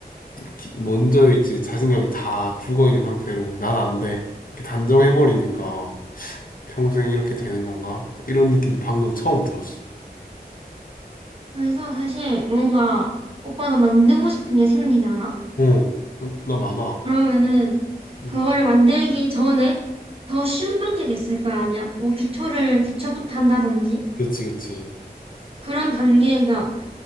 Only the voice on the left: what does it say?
기- 먼저일지 자신감이 다 죽어 있는 상태로 난 안 돼. 이렇게 단정해 버리니까 평생 이렇게 되는 건가? 이런 느낌도 방금 처음 들었어.
어, 어, 나 많아.
음,
그렇지, 그렇지.